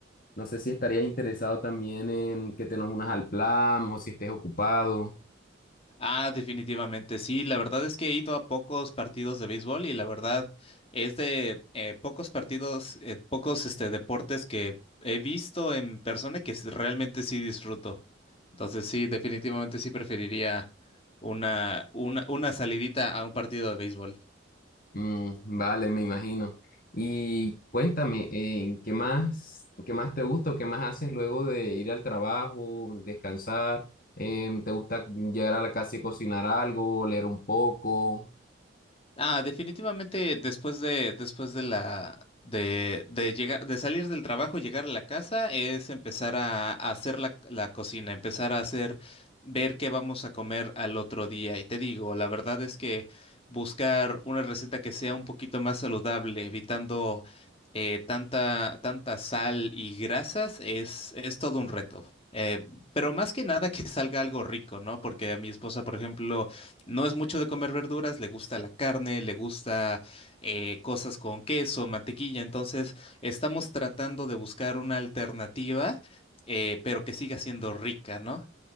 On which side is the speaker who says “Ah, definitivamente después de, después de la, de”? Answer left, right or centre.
Left